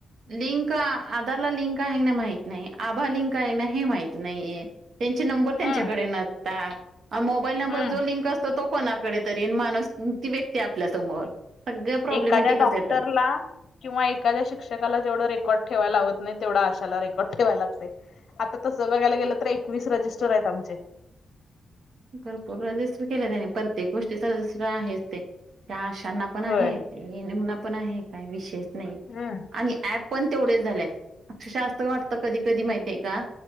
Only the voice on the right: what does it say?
लिंक आधारला लिंक आहे का नाही माहित नाही. आभा लिंक आहे ना हे माहित नाहीये. त्यांचे नंबर त्यांच्याकडे
नसतात अ मोबाईल नंबर
जो लिंक अस तर तो कोणाकडे तरी <unintelligible> ती व्यक्ती आपल्यासमोर सगळे प्रॉब्लेमेटिकच
येतात.
भरपूर रजिस्टर केले त्यांनी प्रत्येक गोष्टीच रजिस्टर आहेच ते त्या आशांना पण आहे.
ते ये म्हणा पण आहे काय विषयच नाही.
आणि ऍप पण तेवढेच झालेत अक्षरशा अस वाटतं कधी कधी माहितीय का.